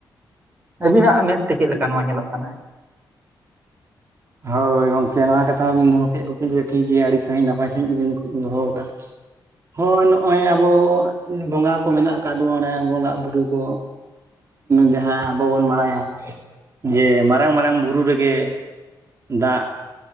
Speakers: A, on the right; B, on the right.
A: ᱟᱹᱵᱤᱱᱟᱜ ᱢᱮᱫ ᱛᱮ ᱪᱮᱫ ᱞᱮᱠᱟ ᱱᱚᱣᱟ ᱧᱮᱞᱚᱜ ᱠᱟᱱᱟ
B: ᱦᱳᱭ ᱜᱚᱝᱠᱮ ᱱᱚᱣᱟ ᱠᱟᱛᱷᱟ ᱦᱚᱸᱵᱤᱱ ᱫᱚᱦᱚ ᱠᱮᱜ-ᱟ ᱠᱩᱠᱞᱤ ᱵᱤᱱ ᱫᱚ ᱴᱷᱤᱠ ᱜᱮᱭᱟ ᱟᱹᱰᱤ ᱥᱟᱦᱤᱡ ᱱᱟᱯᱟᱭ ᱥᱟᱦᱤᱡ ᱜᱮᱵᱤᱱ ᱫᱚᱦᱚ ᱠᱟᱜᱼᱟ ᱦᱳᱭ ᱱᱚᱜᱼᱚᱭ ᱟᱵᱚ ᱵᱚᱸᱜᱟ ᱠᱚ ᱢᱮᱱᱟᱜ ᱠᱟᱫ ᱫᱚ ᱚᱱᱮ ᱵᱚᱸᱜᱟ ᱵᱩᱨᱩ ᱠᱚ ᱡᱟᱦᱟᱸ ᱟᱵᱚ ᱵᱚᱱ ᱵᱟᱲᱟᱭᱟ ᱡᱮ ᱢᱟᱨᱟᱝ ᱢᱟᱨᱟᱝ ᱵᱩᱨᱩ ᱨᱮᱜᱮ ᱫᱟᱜ